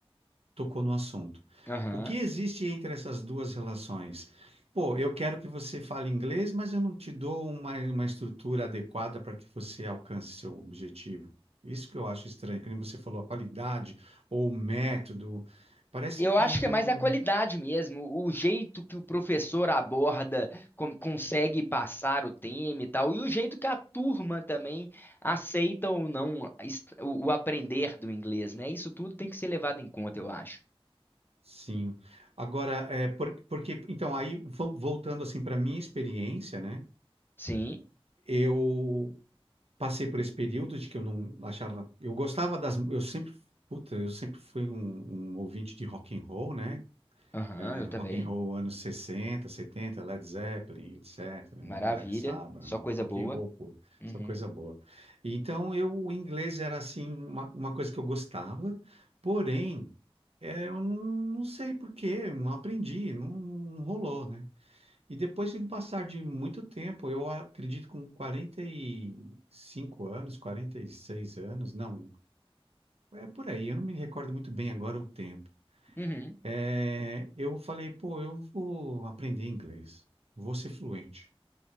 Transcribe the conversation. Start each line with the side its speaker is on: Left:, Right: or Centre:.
Right: tocou no assunto.
Left: Aham.
Right: O que existe entre essas duas relações? Pô, eu quero que você fale inglês, mas eu não te dou uma, uma estrutura adequada para que você alcance seu objetivo. Isso que eu acho estranho, que nem você falou, a qualidade ou o método. Parece
Left: Eu
Right: que
Left: acho que
Right: não.
Left: é mais a qualidade mesmo, o jeito que o professor aborda, com- consegue passar o tema e tal, e o jeito que a turma também aceita ou não est- o, o aprender do inglês, né? Isso tudo tem que ser levado em conta, eu acho.
Right: Sim. Agora, é por- porque, então, aí vo- voltando assim para minha experiência, né?
Left: Sim,
Right: Eu passei por esse período de que eu não achava. Eu gostava das. Eu sempre. Puta, eu sempre fui um, um ouvinte de rock and roll, né?
Left: aham,
Right: É,
Left: eu
Right: rock
Left: também.
Right: and roll anos 60, 70, Led Zeppelin, etc,
Left: Maravilha,
Right: né? Black Sabbath,
Left: só coisa
Right: rock
Left: boa.
Right: and roll, pô,
Left: Uhum,
Right: só coisa boa. E Então, eu, o inglês era, assim, uma, uma coisa que eu gostava, porém, é, eu não, não sei por quê, não aprendi, não, não rolou, né? E depois de um passar de muito tempo, eu acredito com 45 anos, 46 anos, não, é por aí, eu não me recordo muito bem agora o tempo.
Left: uhum,
Right: É, eu falei, pô, eu vou aprender inglês, vou ser fluente.